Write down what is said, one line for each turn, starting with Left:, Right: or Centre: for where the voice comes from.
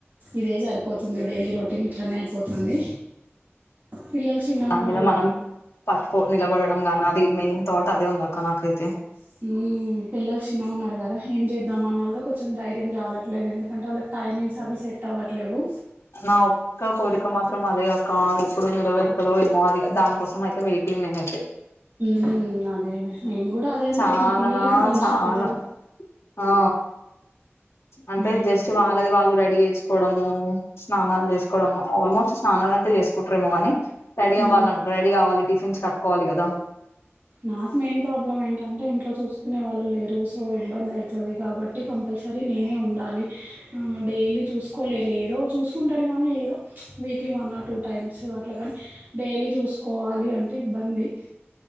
Right: ఇదే సరిపోతుంది. డైలీ రొ రొటీన్ ఇట్లనే అయిపోతుంది.
Left: అ
Right: పిల్లలు చిన్న ఉన్నా
Left: ఏదా మనం పట్టుకో నిలబడడం గానీ అది మెయిన్ థాట్ అదే ఉందక్క నాకైతే
Right: సీ పిల్లలు చిన్నగా ఉన్నారు కదా ఏం చేద్దామఅన్నా కూడా కొంచెం ధైర్యం చాలట్లేదు ఎ అంటే వాళ్ళకి టైమింగ్స్ అవి సెట్ అవ్వట్లేవు
Left: నా ఒక్క కోరిక మాత్రం అదే అక్క అది ఎప్పుడు నెరవేరతదో ఏమో అది దాని కోసం అ వెయిటింగ్ నేనైతే
Right: మ్ అదేనే నేను కూడా అదే అనుకుంటున్నా
Left: చాలానా
Right: పిల్లలకి కొంచెం
Left: చాలా
Right: పెద్దగైతే
Left: ఆ అంటే
Right: మ్మ్,
Left: జస్ట్ వాళ్ళది వాళ్ళు రెడీ చేసుకోవడము స్నానాలు చేసుకోవడం ఆల్మోస్ట్ స్నానాలు అంటే చేసుకుంట్రరేమో కాని రెడీవ్వాల
Right: మ్మ్.
Left: రెడీ గావాలి టిఫిన్స్ కట్కోవాలి గదా
Right: నాకు మెయిన్ ప్రాబ్లం ఏంటంటే ఇంట్లో చూసుకునే వాళ్ళు లేరు సో ఇబ్బంది అయితది కాబట్టి కంపల్ సరి నేనే ఉండాలి ఆ డైలీ చూసుకోలేరు ఏదో చూసుకుంటారు గానీ ఏదో weekly one or two times అట్లా కాని డైలీ చూసుకోవాలి అంటే ఇబ్బంది